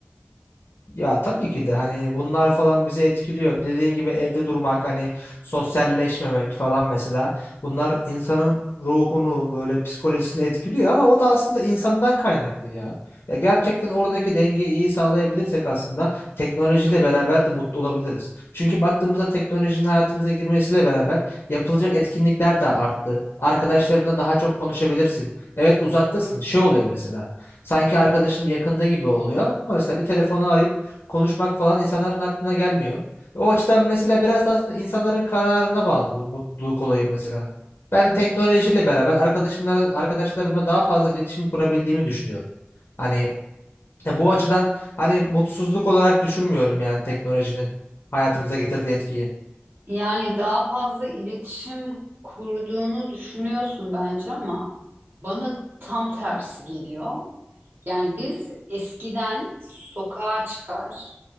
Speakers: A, on the left (about 75°); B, on the right (about 50°).
A: Ya tabii ki de hani bunlar falan bizi etkiliyor. Dediğin gibi evde durmak hani sosyalleşmemek falan mesela bunlar insanın ruhunu böyle psikolojisini etkiliyor ama o da aslında insandan kaynaklı ya. Ya gerçekten oradaki dengeyi iyi sağlayabilirsek aslında teknolojiyle beraber de mutlu olabiliriz. Çünkü baktığımızda teknolojinin hayatımıza girmesiyle beraber yapılacak etkinlikler de arttı. Arkadaşlarına daha çok konuşabilirsin. Evet uzaktasın. Şey oluyor mesela. Sanki arkadaşın yakında gibi oluyor ama mesela bir telefonu arayıp konuşmak falan insanların aklına gelmiyor. O açıdan mesela biraz da aslında insanların kararına bağlı bu mutluluk olayı mesela. Ben teknolojiyle beraber arkadaşımla, arkadaşlarımla daha fazla iletişim kurabildiğimi düşünüyorum. Hani e, bu açıdan hani mutsuzluk olarak düşünmüyorum yani teknolojinin hayatımıza getirdiği etkiyi.
B: Yani daha fazla iletişim kurduğunu düşünüyorsun bence ama bana tam tersi geliyor. Yani biz eskiden sokağa çıkar,